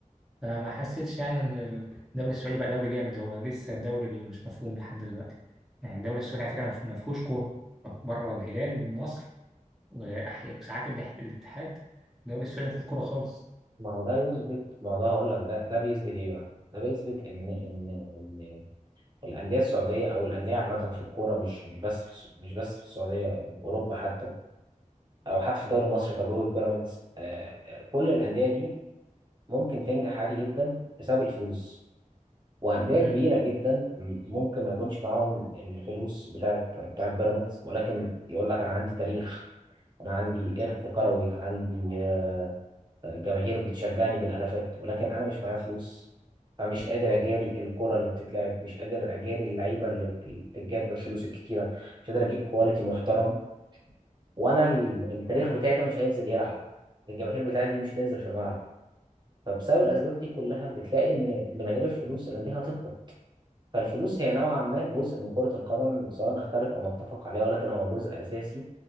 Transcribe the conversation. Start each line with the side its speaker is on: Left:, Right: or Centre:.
Centre: فما حسيتش يعني إن الدوري السعودي بقى دوري جامد هو لسه الدوري اللي مش مفهوم لحد دلوقتي يعني الدوري السعودي على فكرة ما فيهوش كورة بره الهلال والنصر وأح- وساعات الاتحاد الدوري السعودي ما فيهوش كورة خالص
Right: ما هو ده يثبت ما هو ده هقول لك ده ده بيثبت ايه بقى ده بيثبت ان ان ان الانديه السعوديه او الانديه عامه في الكوره مش مش بس في الس- مش بس في السعوديه يعني في اوروبا حتى او حتى في الدوري المصري تجربه بيراميدز آه، كل الانديه دي ممكن تنجح عادي جدا بسبب الفلوس وانديه
Centre: مم.
Right: كبيره جدا م- ممكن ما يكونش معاهم الفلوس بتاعت بتاعت بيراميدز ولكن يقول لك انا عندي تاريخ انا عندي ارث كروي عندي آه، آه، جماهير بتشجعني بالالافات ولكن انا مش معايا فلوس فمش قادر اجاري الكره اللي بتتلعب مش قادر اجاري اللعيبه اللي اللي بتتجاب بالفلوس الكتيره مش قادر اجيب كواليتي محترم وانا ال- التاريخ بتاعي ده مش هينزل يلعب الجماهير بتاعتي دي مش هتنزل في الملعب فبسبب الاسباب دي كلها بتلاقي ان من غير الفلوس الانديه هتهبط فالفلوس هي نوعا ما جزء من كره القدم سواء نختلف او نتفق عليها ولكن هو جزء اساسي